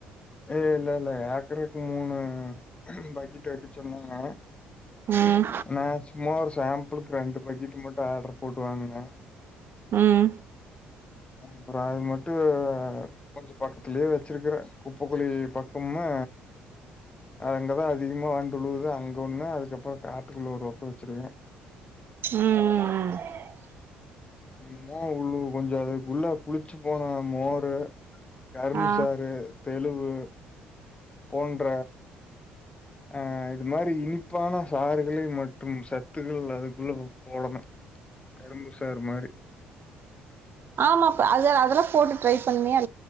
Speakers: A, on the left; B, on the right.
A: இல்ல இல்ல இருவத்திமூணு பக்கெட்டு வக்க சொன்னாங்க
B: ம்
A: மே சுமார் சாம்பிளுக்கு ரெண்டு பக்கெட் மட்டும் ஆட்ர் போட்டு வாங்குங்க
B: உஹம்
A: அப்புறம் அது மட்டும் கொஞ்ச பக்த்துலேயே வச்சிருக்குரேன் குப்பைக்குளி பக் சும்மா அங்க தான் அதிகமா வண்டு விழுவுது அங்கே ஒண்ணு அதுக்கப்புறம் பாத்ரும்ல ஒரு கப்பு வச்சிருக்கேன்
B: உம் உம் உம்
A: என்னமோ உள்ளு கொஞ்சம் அதுக்கு உள்ள புளிச்சு போன மோரு கரும்பு
B: ஆ
A: சாறு தெளுவு போன்ற அஹ் இது மாரி இனிப்பான சாறுகள் மற்றும் சத்துக்கள் அதுக்குள்ள போடணும் கரும்பு சாறு மாரி
B: ஆமாபா அத அதெல்லாம் போட் ட்ரை பண்ணிய